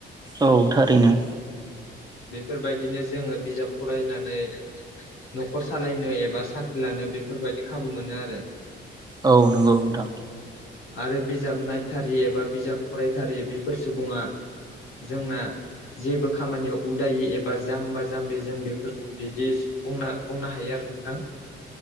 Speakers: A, on the right (about 20°); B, on the left (about 80°).
A: औ थारैनो
B: बेफोरबायदिनो जोङो बिजाब फरायनानै न'खर सालायनो एबा साख्रि लानो बेफोरबायदि खाबु मोनो आरो
A: औ नंगौ नोंथां
B: आरो बिजाब नायथारि एबा बिजाब फरायथारि बेफोर सुबुङा जोंना जेबो खामानियाव उदायि एबा जाम्बा जाम्बि जों बेफोर बिदि बुंनो बुंनो हायो आरो नोंथां